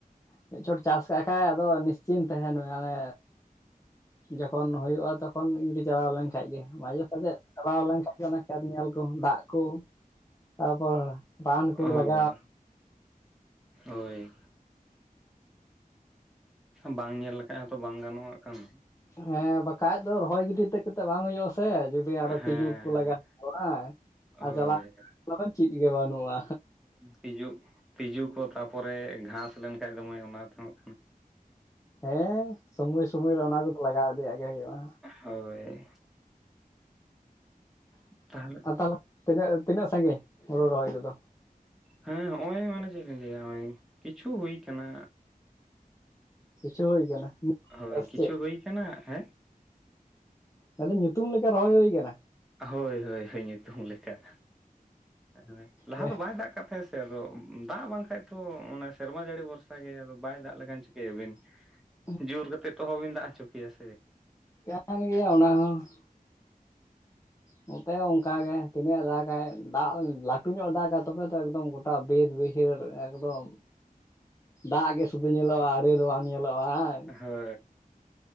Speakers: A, on the left; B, in the centre.
A: ᱢᱤᱫ ᱪᱚᱴ ᱪᱟᱥ ᱠᱟᱜ ᱠᱷᱟᱡ ᱟᱫᱚ ᱱᱤᱥᱪᱤᱛ ᱛᱟᱦᱮᱸᱱ ᱢᱮ, ᱡᱚᱠᱷᱚᱱ ᱦᱩᱭᱩᱜᱼᱟ ᱛᱚᱠᱷᱚᱱ ᱜᱤᱰᱤ ᱪᱟᱞᱟᱣ ᱞᱮᱱᱠᱷᱟᱱ ᱜᱮ ᱢᱟᱡᱷᱮ ᱥᱟᱡᱷᱮ ᱪᱟᱞᱟᱣ ᱞᱮᱱᱠᱷᱟᱱ, ᱚᱱᱟ ᱠᱷᱮᱛ ᱧᱮᱞ ᱠᱚ ᱫᱟᱜ ᱠᱚ ᱛᱟᱨᱯᱚᱨ ᱵᱟᱱ ᱠᱚ
B: ᱦᱳᱭ
A: ᱞᱟᱜᱟᱣ,
B: ᱦᱳᱭ, ᱵᱟᱝ ᱧᱮᱞ ᱞᱮᱠᱷᱟᱱ ᱦᱚᱸᱛᱚ ᱵᱟᱝ ᱜᱟᱱᱚᱜᱼᱟ ᱟᱜᱠᱷᱟᱱ᱾
A: ᱦᱮᱸ ᱵᱟᱠ ᱵᱟᱠᱟᱡ ᱫᱚ ᱨᱚᱦᱚᱭ ᱜᱤᱰᱤ ᱠᱟᱛᱮᱫ ᱵᱟᱝ ᱦᱩᱭᱩᱜᱼᱟ ᱥᱮ ᱡᱩᱫᱤ ᱟᱨᱚ
B: ᱦᱮᱸ
A: ᱛᱤᱡᱩ ᱠᱚ ᱞᱟᱜᱟᱣᱟ ᱵᱟᱝ, ᱟᱨ
B: ᱦᱳᱭ
A: ᱡᱟᱞᱟ ᱚᱱᱟ ᱫᱚ ᱪᱤᱫ ᱜᱮ ᱵᱟᱹᱱᱩᱜᱼᱟ,
B: ᱛᱤᱡᱩᱜ ᱛᱤᱡᱩ ᱠᱚ ᱛᱟᱨᱯᱚᱨ ᱜᱷᱟᱥ ᱞᱮᱱᱠᱷᱟᱱᱡ ᱫᱚᱢᱮ ᱛᱮᱦᱚᱸ,
A: ᱦᱮᱸ ᱥᱚᱢᱚᱭ ᱥᱚᱢᱚᱭ ᱨᱮ ᱚᱱᱟ ᱠᱚᱫᱚ ᱞᱟᱜᱟᱣ ᱤᱫᱤᱭᱟᱜ ᱜᱮ ᱦᱩᱭᱩᱜᱼᱟ᱾
B: ᱦᱳᱭ ᱛᱟᱦᱞᱮ,
A: ᱟᱨ ᱛᱟᱦᱚᱞᱮ ᱛᱤᱱᱟᱹᱜ ᱛᱤᱱᱟᱹᱜ ᱥᱟᱺᱜᱤᱧ ᱦᱩᱲᱩ ᱨᱚᱦᱚᱭ ᱠᱚᱫᱚ,
B: ᱦᱮᱸ ᱦᱚᱜᱼᱚᱭ ᱢᱟᱱᱮ ᱪᱮᱫ ᱤᱧ ᱞᱟᱹᱭᱟ ᱱᱚᱜ-ᱚᱭ ᱠᱤᱪᱷᱩ ᱦᱩᱭ ᱟᱠᱟᱱᱟ᱾
A: ᱠᱤᱪᱷᱩ ᱦᱩᱭ ᱠᱟᱱᱟ
B: ᱦᱳᱭ ᱠᱤᱪᱷᱩ
A: ᱪᱮᱫ,
B: ᱦᱩᱭ ᱠᱟᱱᱟ ᱦᱮᱸ
A: ᱟᱫᱚ ᱧᱩᱛᱩᱢ ᱞᱮᱠᱟ ᱨᱚᱦᱚᱭ ᱦᱩᱭ ᱟᱠᱟᱱᱟ᱾
B: ᱦᱳᱭ ᱦᱳᱭ ᱦᱳᱭ ᱧᱩᱛᱩᱢ ᱞᱮᱠᱟ᱾ ᱦᱮᱸ ᱞᱟᱦᱟ
A: ᱦᱮᱸ
B: ᱫᱚ ᱵᱟᱭ ᱫᱟᱜ ᱠᱟᱜ ᱛᱟᱦᱮᱸ ᱥᱮ ᱟᱫᱚ ᱫᱟᱜ ᱵᱟᱝᱠᱷᱟᱡ ᱛᱚ ᱚᱱᱟ ᱥᱮᱨᱢᱟ ᱡᱟᱹᱲᱤ ᱵᱚᱨᱥ ᱚᱱᱠᱟ ᱜᱮ ᱟᱫᱚ ᱵᱟᱭ ᱫᱟᱜ ᱞᱮᱠᱷᱟᱱ ᱪᱤᱠᱟᱹᱭᱟᱵᱤᱱ ᱾
A: <unintelligible>
B: ᱡᱳᱨ ᱠᱟᱛᱮᱫ ᱛᱚ ᱚᱦᱚᱵᱤᱱ ᱫᱟᱜ ᱦᱚᱪᱚ ᱠᱮᱭᱟ ᱥᱮ ᱾
A: ᱠᱟᱱ ᱜᱮᱭᱟ ᱚᱱᱟ ᱦᱚᱸ ᱾ ᱱᱚᱛᱮ ᱦᱚ ᱚᱱᱠᱟ ᱜᱮ ᱛᱤᱱᱟᱹᱜ ᱮ ᱫᱟᱜᱟᱭ ᱫᱟᱜ ᱞᱟᱹᱴᱩ ᱧᱚᱜ ᱮ ᱫᱟᱜᱟ ᱛᱚᱵᱮ ᱛᱚ ᱮᱠᱫᱚᱢ ᱜᱚᱴᱟ ᱵᱟᱹᱫᱽ ᱵᱟᱹᱭᱦᱟᱹᱲ ᱮᱠᱫᱚᱢ, ᱫᱟᱜ ᱜᱮ ᱥᱩᱫᱩ ᱧᱮᱞᱚᱜᱼᱟ ᱟᱲᱮ ᱫᱚ ᱵᱟᱝ ᱧᱮᱞᱚᱜᱼᱟ ᱦᱟᱝ?
B: ᱦᱳᱭ ᱾